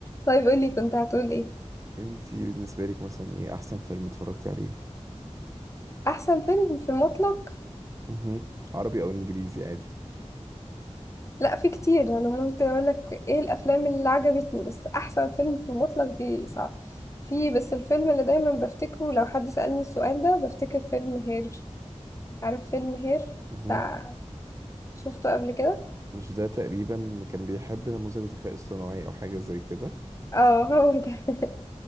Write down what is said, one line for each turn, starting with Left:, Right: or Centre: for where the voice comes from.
Left: طيب قولي كنت هتقول ايه
Right: انتي بالنسبة لك مثلا ايه احسن فيلم اتفرجتي عليه
Left: أحسن فيلم في المطلق
Right: مهم. عربي او انجليزي عادي
Left: لا في كتير أنا ممكن أقولك ايه الأفلام اللي عجبتني بس أحسن فيلم في المطلق دي صعب في بس الفيلم اللي دايما بفتكره لو حد سألني السؤال ده بفتكر فيلم هير عارف فيلم هير
Right: مهم.
Left: بتاع شفته قبل كده
Right: مش ده تقريبا كان بيحب نموذج ذكاء اصطناعي او حاجه زي كده
Left: اه هو ده <laughs>